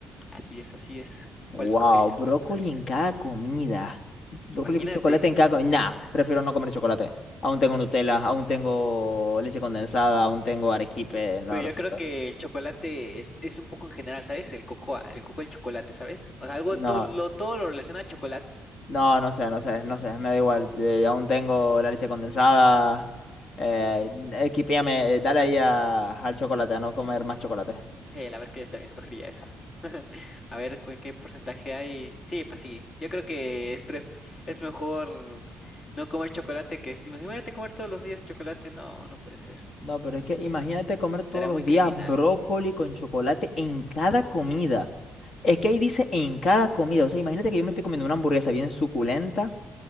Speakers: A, on the left; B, on the left.
A: Así es, así es.
B: Wow,
A: ¿Cuál escogerías?
B: brócoli
A: ¿Cuál escogerías?
B: en cada comida. Brócoli
A: Imagínate.
B: con chocolate en cada comida. Nah, prefiero no comer chocolate. Aún tengo Nutella, aún tengo leche condensada, aún tengo arequipe. No,
A: Pero
B: lo
A: yo
B: siento.
A: creo que el chocolate es, es un poco en general, ¿sabes? El cocoa, el cocoa, el chocolate, ¿sabes? O sea, algo,
B: No,
A: todo lo, todo lo relaciona a chocolate.
B: No, no sé, no sé, no sé, me da igual. eh, aún tengo la leche condensada. Eh, equipéame, eh, dale ahí a- al chocolate, a no comer más chocolate.
A: Sí, la verdad es que yo también escogería eso. <laughs> A ver, ¿cu- ¿qué porcentaje hay? Sí, pues sí. Yo creo que es, pre- es mejor no comer chocolate que... est- Imagínate comer todos los días chocolate. No, no puede ser.
B: No, pero es que imagínate comer todos
A: Te hará
B: los
A: muy
B: días
A: criminal.
B: brócoli con chocolate en cada comida. Es que ahí dice en cada comida. O sea, imagínate que yo me estoy comiendo una hamburguesa bien suculenta